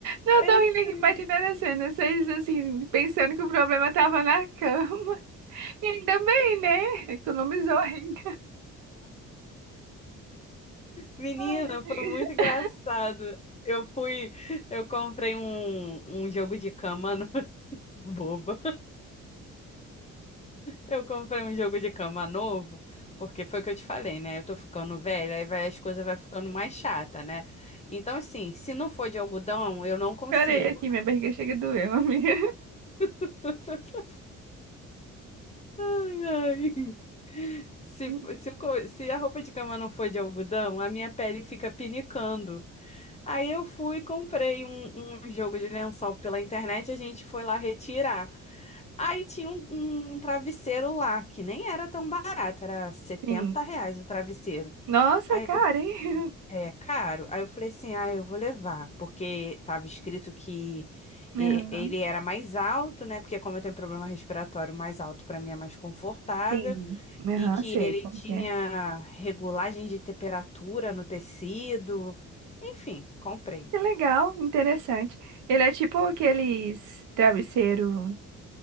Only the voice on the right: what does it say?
Não
tô
rindo aqui, imaginando a cena. Vocês, assim, pensando que o problema tava na cama. E ainda bem, né? Economizou a renda.
Ai, amiga.
Chorei aqui, minha barriga chega a doer, amiga.
<laughs>
Sim.
Nossa,
cara,
hein? <laughs>
Aham,
Sim. aham,
sei
como
que é.
Que legal, interessante. Ele é tipo aqueles travesseiro